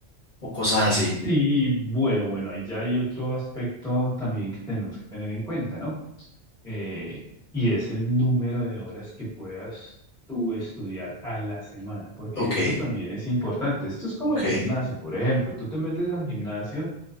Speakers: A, on the left; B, in the centre.
A: o cosas así.
B: Y bueno, bueno, ahí ya hay otro aspecto también que tenemos que tener en cuenta, ¿no? eh, y es el número de horas que puedas tú estudiar a la semana, porque
A: Ok,
B: eso también es importante. Esto es como
A: ok.
B: el gimnasio, por ejemplo, tú te metes al gimnasio